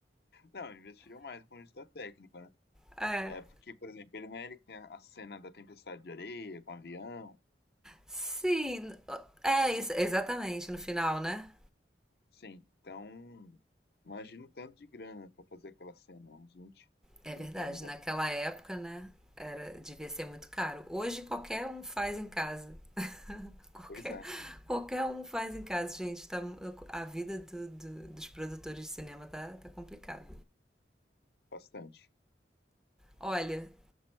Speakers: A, on the left; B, in the centre.
A: Não, investiram mais com isso da técnica, né?
B: É.
A: É porque, por exemplo, ele não é ele que tem a a cena da tempestade de areia com o avião.
B: Sim, é isso,
A: hein?
B: exatamente, no final, né?
A: Sim, então imagina o tanto de grana pra fazer aquela cena, uns vinte
B: É
A: trinta
B: verdade,
A: anos
B: naquela
A: atrás.
B: época, né? Era, devia ser muito caro. Hoje qualquer um faz em casa. <laughs> Qualquer,
A: Pois é,
B: qualquer um faz em casa, gente. Tá, a vida do, do, dos produtores de cinema tá, tá complicada.
A: bastante.
B: Olha,